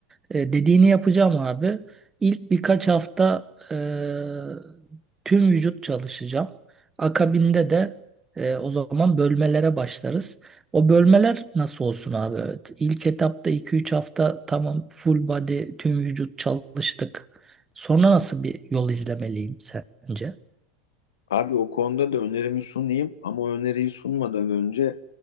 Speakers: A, on the right; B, on the left.
A: e, dediğini yapacağım abi. İlk birkaç hafta e, tüm vücut çalışacağım. Akabinde de e, o zaman bölmelere başlarız. O bölmeler nasıl olsun abi? Evet. İlk etapta iki üç hafta tamam full body tüm vücut çalıştık. Sonra nasıl bir yol izlemeliyim sence?
B: Abi o konuda da önerimi sunayım ama o öneriyi sunmadan önce